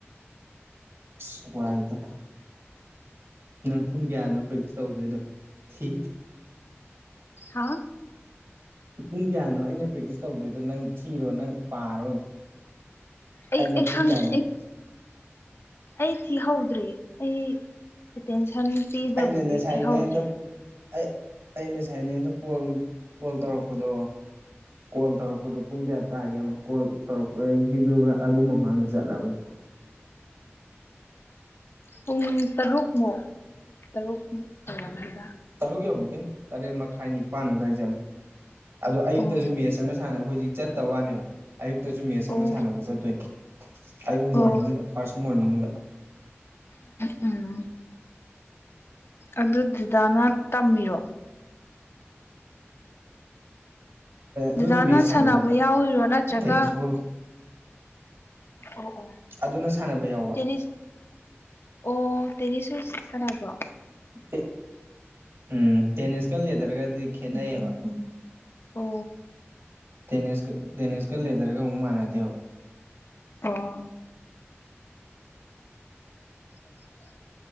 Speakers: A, on the right (about 70°); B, on the left (about 60°).
A: ꯑꯁ ꯋꯥꯏꯗ ꯅꯪ ꯄꯨꯡ ꯀꯌꯥꯅꯣ ꯄ꯭ꯔꯦꯛꯇꯤꯁ ꯇꯧꯗꯣꯏꯗꯣ ꯊꯤ
B: ꯍꯥ
A: ꯄꯨꯡ ꯀꯌꯥꯅꯣ ꯑꯩꯅ ꯄ꯭ꯔꯦꯛꯇꯤꯁ ꯇꯧꯗꯣꯏꯗꯣ ꯅꯪ ꯊꯤꯔꯣ ꯅꯪ ꯄꯥꯔꯣ
B: ꯑꯩ
A: ꯑꯩꯅ
B: ꯑꯩ
A: ꯄꯨꯡ
B: ꯈꯪ
A: ꯀꯌꯥꯅ‌ꯣ
B: ꯑꯩ ꯑꯩ ꯐꯤ ꯍꯧꯗ꯭ꯔꯤ ꯑꯩ ꯑꯦꯇꯦꯟꯁꯟ ꯄꯤꯗꯕꯒꯤ
A: ꯑꯩꯅꯅ‌ꯦ ꯉꯁꯥꯏ
B: ꯊꯤꯍꯧꯗ꯭ꯔꯦ
A: ꯅ‌ꯦꯟꯗꯞ ꯑꯩ ꯑꯩꯅ ꯁꯥꯏꯅꯦ ꯗ‌ꯣ ꯀ‌ꯣꯜ ꯀꯣꯜ ꯇꯧꯔꯛꯄꯗꯣ ꯀꯣꯜ ꯇꯧꯔꯛꯄꯗꯣ ꯄꯨꯡ ꯀꯌꯥ ꯇꯥꯔꯒꯦ ꯌꯦꯡꯉꯣ ꯀꯣꯜ ꯇꯧꯔꯛꯄꯒꯤꯗꯨ ꯑꯗꯨ ꯃꯃꯥꯡꯗ ꯆꯠꯂꯕꯅꯤ
B: ꯄꯨꯡ ꯇꯔꯨꯛꯃꯨꯛ ꯇꯔꯨꯛꯃꯨꯛ ꯑꯣꯏꯔꯝꯃꯅꯤꯗ
A: ꯇꯔꯨꯛ ꯌꯧꯗꯦ ꯇꯔꯦꯠ ꯃꯈꯥꯏ ꯅꯤꯄꯥꯟ ꯑꯗꯥꯏ ꯆꯠꯂꯦ ꯑꯗꯣ ꯑꯌꯨꯛꯇꯁꯨ
B: ꯑꯣ
A: ꯃꯦꯠꯆ ꯑꯃ ꯁꯥꯟꯅ ꯍꯧꯖꯤꯛ ꯆꯠꯇ ꯋꯥꯅꯦꯕ ꯑꯌꯨꯛꯇꯖꯨ ꯃꯦꯁ ꯑꯥꯃ
B: ꯑꯣ
A: ꯁꯥꯅꯕ ꯆꯠꯇꯣꯏꯟ ꯑꯌꯨꯛ ꯃꯣꯔꯅꯤꯡꯗ
B: ꯑꯣ
A: ꯐꯥꯔꯁ ꯃꯣꯔꯅꯤꯡꯗ
B: ꯎꯝ ꯑꯗꯨ ꯗꯤꯗꯥꯅ ꯇꯝꯃꯤꯔꯣ
A: ꯑꯗꯨꯅ
B: ꯗꯗꯥꯅ
A: ꯃꯦꯠꯆ
B: ꯁꯥꯟꯅꯕ
A: ꯆꯠꯄ
B: ꯌꯥꯎꯔꯤꯔꯣ ꯅꯠꯇ꯭ꯔꯒ
A: ꯇꯦꯅꯤꯁ ꯕꯣꯜꯒꯤ
B: ꯑꯣ ꯑꯣ
A: ꯑꯗꯨꯅ ꯁꯥꯟꯅꯕ ꯌꯥꯎꯕ
B: ꯇꯦꯅꯤꯁ ꯑꯣ ꯇꯦꯅꯤꯁꯁꯨ ꯁꯥꯟꯅꯕ꯭ꯔꯣ
A: ꯑꯦ ꯎꯝ ꯇꯦꯅꯤꯁꯀ ꯂꯦꯗꯔꯒꯗꯤ ꯈꯦꯅꯩꯌꯦꯕ
B: ꯑꯣ
A: ꯇꯦꯅꯤꯁꯀ ꯇꯦꯅꯤꯁꯀ ꯂꯦꯗꯔꯒ ꯑꯃꯨꯛ ꯃꯥꯟꯅꯗꯦꯕ
B: ꯑꯣ <unintelligible>